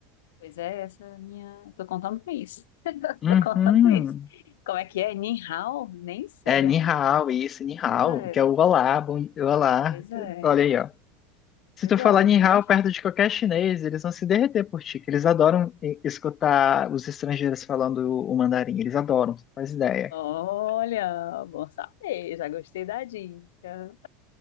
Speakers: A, on the left; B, on the left.
A: Pois é, essa é a minha. eu Tô contando com isso. <laughs>
B: Uhum.
A: Tô contando com isso. Como é que é? Ni hao? Nem sei,
B: É ni
A: amiga.
B: hao, isso, ni hao,
A: Pois é,
B: que é o olá, bom, olá.
A: pois é,
B: Olha aí, ó. Se
A: pois
B: tu falar
A: é,
B: Ni
A: viu?
B: Hao perto de qualquer chinês, eles vão se derreter por ti, que eles adoram e- escutar os estrangeiros falando o mandarim. Eles adoram, tu faz ideia.
A: Olha, bom saber, já gostei da dica.